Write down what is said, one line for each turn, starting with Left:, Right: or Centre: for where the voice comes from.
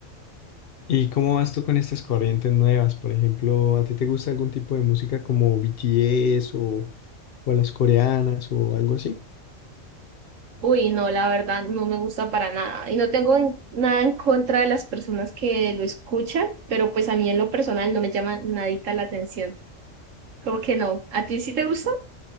Left: <laughs> ¿Y cómo vas tú con estas corrientes nuevas? Por ejemplo, ¿a ti te gusta algún tipo de música como BTS o, o las coreanas o algo así?
Right: Uy, no, la verdad no me gusta para nada. Y no tengo en- nada en contra de las personas que lo escuchan, pero pues a mí en lo personal no me llama nadita la atención. Como que no. ¿A ti sí te gusta?